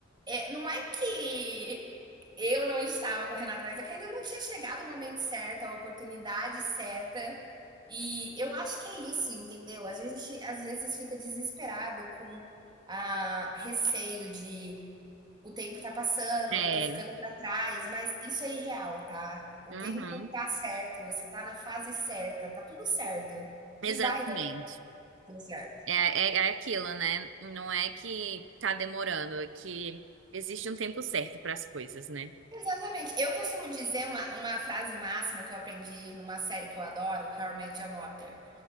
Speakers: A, on the right (about 25°); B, on the right (about 70°).
A: é, não é que eu não estava correndo atrás, é que ainda não tinha chegado o momento certo, a oportunidade certa. E eu acho que é isso, entendeu? Às vezes, a gente- às vezes fica desesperado com a receio de o tempo tá passando,
B: É,
A: eu tô ficando pra trás, mas isso é irreal, tá? O
B: uhum.
A: tempo tá certo, você tá na fase certa, tá tudo certo.
B: Exatamente.
A: E vai dar tudo certo.
B: É, é, é aquilo, né? Não é que tá demorando, é que existe um tempo certo para as coisas, né?
A: Exatamente. Eu costumo dizer uma, uma frase máxima que eu aprendi numa série que eu adoro, How I Met Your Mother,